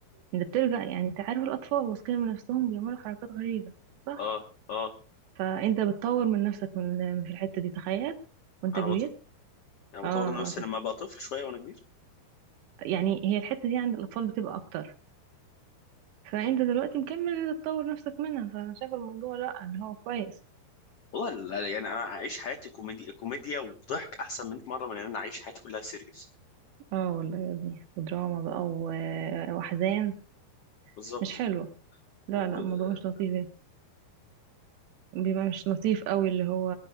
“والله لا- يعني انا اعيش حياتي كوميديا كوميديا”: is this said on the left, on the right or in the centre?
Left